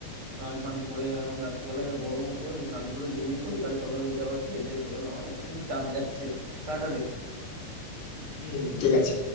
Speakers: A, on the right; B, on the left.
A: স্নান ফান করে এখন রাত্রিবেলা যা গরমও পড়েছে স্নান করে ঘুমিয়ে পড়ি কাল সকালে উঠে আবার খেয়ে দিয়ে বেরোনো মানে খুব চাপ যাচ্ছে টাটা রে
B: হুম ঠিক আছে